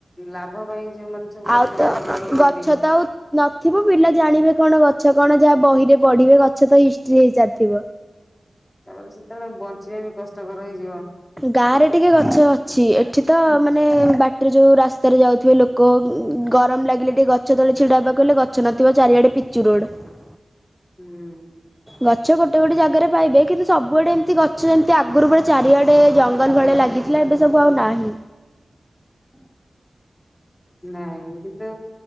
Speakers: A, on the left (about 25°); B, in the centre.
A: ଲାଭ ପାଇଁ ଯୋଉମାନେ ସବୁ କରୁଛନ୍ତି
B: ଆଉ ତ
A: ବଡ
B: ତ
A: ବଡ ବିଲ୍ଡିଂ
B: ଗଛତ ଆଉ ନଥିବ ପିଲା ଜାଣିବେ କଣ ଗଛ କଣ ଯାହା ବହିରେ ପଢିବେ ଗଛ ତ ହିଷ୍ଟ୍ରି ହେଇସାରିଥିବ
A: କାରଣ ସେତେବେଳେ ବଞ୍ଚିବା ବି କଷ୍ଟକର ହେଇଯିବ।
B: ଗାଁରେ ଟିକେ ଗଛ
A: ଅ
B: ଅଛି ଏଠି ତ ମାନେ ବାଟେରେ ଯୋଉ ରାସ୍ତାରେ ଯାଉଥିବେ ଲୋକୋ ଗରମ ଲାଗିଲେ ଟିକେ ଗ ଛ ତଳେ ଛିଡା ହେବାକୁ ହେଲେ ଗଛ ନଥିବ ଚାରିଆଡେ ପିଚୁ ରୋଡୋ। ଚୋ
A: ହୁଁ
B: ଗଛ ଗୋଟେ ଗୋଟେ ଜାଗାରେ ପାଇବେ କିନ୍ତୁ ସବୁଆଡେ ଏମିତି ଗଛ ଯେମିତି ଆଗରୁ ପୁରା ଚାରିଆଡେ ଟେ ଜଙ୍ଗଲ ଭଳିଆ ଲାଗିଥିଲା ଏବେ ସବୁ ଆଉ ନାହିଁ।
A: ନାଇଁ କିନ୍ତୁ